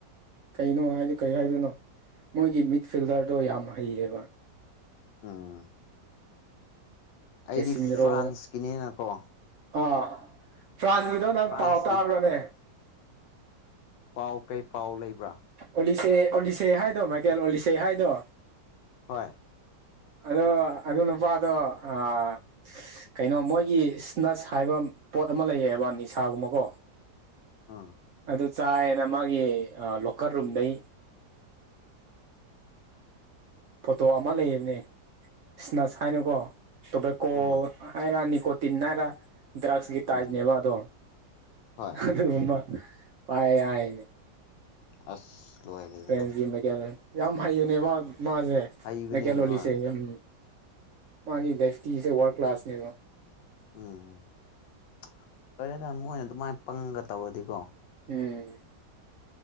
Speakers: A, on the right; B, on the left.
A: ꯀꯩꯅꯣ ꯍꯥꯏꯗꯤ ꯀꯩ ꯍꯥꯏꯗꯣꯏꯅꯣ ꯃꯣꯏꯒꯤ ꯃꯤꯠ ꯐꯤꯜꯗꯔꯗꯣ ꯌꯥꯝ ꯍꯩꯌꯦꯕ
B: ꯎꯝ ꯑꯩꯗꯤ
A: ꯀꯦꯁꯤꯃꯤꯔꯣ
B: ꯐ꯭ꯔꯥꯟꯁꯀꯤꯅꯤꯅꯀꯣ
A: ꯑꯥ ꯐ꯭ꯔꯥꯟꯁꯀꯤꯗꯣ ꯅꯪ
B: ꯐ꯭ꯔꯥꯟꯁꯀꯤ
A: ꯄꯥꯎ ꯇꯥꯕ꯭ꯔꯥꯅꯦ
B: ꯄꯥꯎ ꯀꯩ ꯄꯥꯎ ꯂꯩꯕ꯭ꯔꯥ
A: ꯑꯣꯂꯤꯁꯦ ꯑꯣꯂꯤꯁꯦ ꯍꯥꯏꯗꯣ ꯃꯥꯏꯀꯦꯜ ꯑꯣꯂꯤꯁꯦ ꯍꯥꯏꯗꯣ
B: ꯍꯣꯏ
A: ꯑꯗꯣ ꯑꯗꯨ ꯅꯨꯄꯥꯗꯣ ꯑꯥ ꯀꯩꯅꯣ ꯃꯣꯏꯒꯤ ꯁ꯭ꯅꯠꯁ ꯍꯥꯏꯕ ꯄꯣꯠ ꯑꯃ ꯂꯩꯌꯦꯕ ꯅꯤꯁꯥꯒꯨꯝꯕꯀꯣ
B: ꯑꯥ
A: ꯑꯗꯨ ꯆꯥꯏꯅ ꯃꯥꯒꯤ ꯑꯥ ꯂꯣꯀꯔ ꯔꯨꯝꯗꯩ ꯐꯣꯇꯣ ꯑꯃ ꯂꯩꯌꯦꯕꯅꯦ ꯁ꯭ꯅꯠꯁ ꯍꯥꯏꯅꯀꯣ ꯇꯣꯕꯦꯀꯣ
B: ꯎꯝ
A: ꯍꯥꯏꯔꯥ ꯅꯤꯀꯣꯇꯤꯟ ꯍꯥꯏꯔ ꯗ꯭ꯔꯛꯁꯀꯤ ꯇꯥꯏ꯭ꯞꯠꯅꯦꯕ
B: ꯎꯝ
A: ꯑꯗꯣ
B: ꯍꯣꯏ
A: ꯑꯗꯨꯒꯨꯝꯕ ꯄꯥꯏ ꯍꯥꯏꯌꯦꯅꯦ
B: ꯑꯁ ꯂꯣꯏꯔꯦꯗꯅ
A: ꯐ꯭ꯔꯦꯟꯁꯀꯤ ꯃꯦꯀꯦꯂꯔ ꯌꯥꯝ ꯍꯩꯕꯅꯦ ꯃꯥ ꯃꯥꯁꯦ
B: ꯍꯩꯕꯅꯦ
A: ꯃꯦꯀꯦꯂꯣꯜꯂꯤꯁꯦ
B: ꯍꯣꯏ ꯎꯝ
A: ꯌꯥꯝ ꯃꯥꯒꯤ <unintelligible> ꯋꯥꯔꯜ ꯀ꯭ꯂꯥꯁꯅꯦꯕ
B: ꯎꯝ <unintelligible> ꯃꯣꯏꯅ ꯑꯗꯨꯃꯥꯏꯅ ꯄꯪꯅ ꯇꯧꯔꯗꯤꯀꯣ
A: ꯎꯝ